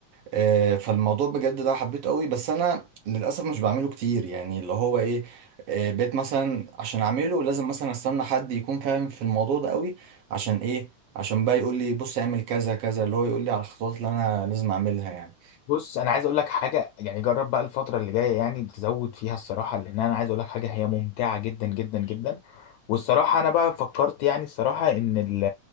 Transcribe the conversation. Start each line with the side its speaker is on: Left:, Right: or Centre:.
Right: آه، فالموضوع بجد ده حبيته قوي بس انا للأسف مش بعمله كتير يعني اللي هو ايه آه، بقيت مثلا عشان اعمله لازم مثلا استنى حد يكون فاهم في الموضوع ده قوي عشان ايه عشان بقى يقول لي بص اعمل كذا كذا اللي هو يقول لي على الخطوات اللي انا لازم اعملها يعني
Left: بص انا عايز اقول لك حاجه يعني جرب بقى الفتره اللي جايه يعني تزود فيها الصراحه لان انا عايز اقول لك حاجه هي ممتعه جدا جدا جدا والصراحه انا بقى فكرت يعني الصراحه ان ال...